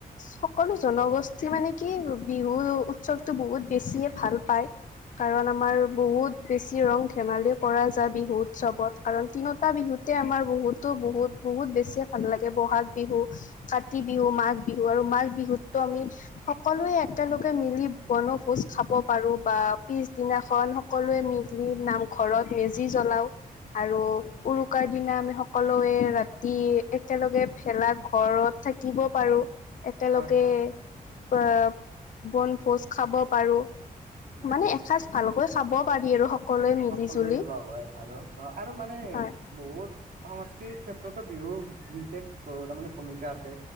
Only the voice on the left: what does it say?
সকলো জনগোষ্ঠী মানে কি বিহু উৎসৱতটো বহুত বেছিয়ে ভাল পায়। কাৰণ আমাৰ বহুত বেছি ৰং ধেমালি কৰা যায় বিহু উৎসৱত কাৰণ তিনিটা বিহুত আমাৰ বহুতো বহুত বহুত বেছিয়ে ভাল লাগে ব'হাগ বিহু কাতি বিহু মাঘ বিহু আৰু মাঘ বিহুতটো আমি সকলোৱে একেলগে মিলি বনভোজ খাব পাৰো বা পিছদিনাখন সকলোৱে নাম ঘৰত মেজি জ্বলাওঁ, আৰু
উৰুকাৰ দিনা আমি সকলয়ে ৰাতি একেলগে ভেলাঘৰত থাকিব পাৰো একেলগে
আ, বনভোজ খাব পাৰোঁ।
মানে
এসাঁজ ভালকৈ খাব পাৰি আৰু সকলোৱে মিলি
জুলি
হয়